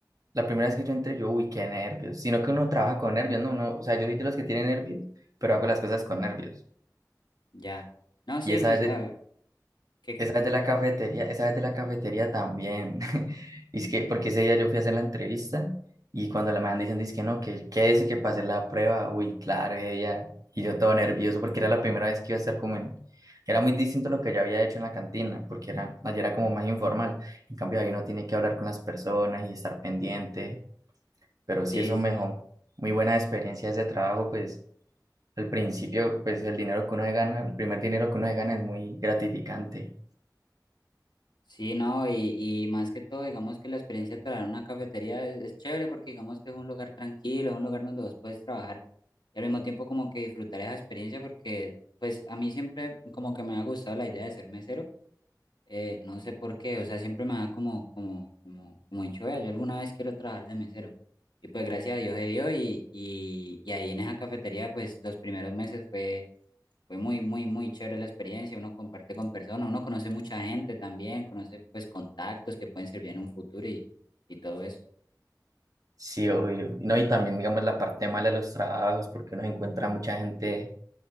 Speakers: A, on the right; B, on the left.
A: la primera vez que yo entré, yo, uy, qué nervios. Sino que uno trabaja con nervios, no, uno O sea, yo soy de los que tienen nervios, pero hago las cosas con nervios.
B: ya. No,
A: Y
B: sí,
A: esa
B: pues,
A: vez de-
B: ya, ¿qué,
A: Esa
B: qué, qué,
A: vez
B: qué?
A: de la cafetería, esa vez de la cafetería también. <laughs> Y es que, porque ese día yo fui a hacer la entrevista y cuando la me dicen, dice que no, que quédese que pasé la prueba. Uy, claro, ese día. Y yo todo nervioso porque era la primera vez que iba a estar como en... Era muy distinto a lo que ya había hecho en la cantina, porque era, allá era como más informal. En cambio, ahí uno tiene que hablar con las personas y estar pendiente. Pero sí,
B: Sí,
A: eso mejor.
B: sí.
A: Muy buena experiencia ese trabajo, pues al principio, pues el dinero que uno se gana, el primer dinero que uno se gana es muy gratificante.
B: Sí, no, y, y más que todo, digamos que la experiencia de trabajar en una cafetería es, es chévere porque digamos que es un lugar tranquilo, es un lugar donde vos puedes trabajar Y al mismo tiempo como que disfrutar esa experiencia porque pues a mí siempre como que me ha gustado la idea de ser mesero. Eh, no sé por qué, o sea, siempre me da como, como, como, como dicho, "Vea, yo alguna vez quiero trabajar de mesero. Y pues gracias a Dios se dio y, y, y ahí en esa cafetería pues los primeros meses fue, fue muy, muy, muy chévere la experiencia. Uno comparte con personas, uno conoce mucha gente también, conoce pues contactos que pueden servir en un futuro y, y todo eso.
A: Sí, obvio. Y No, y también, digamos, la parte mala de los trabajos, porque uno encuentra mucha gente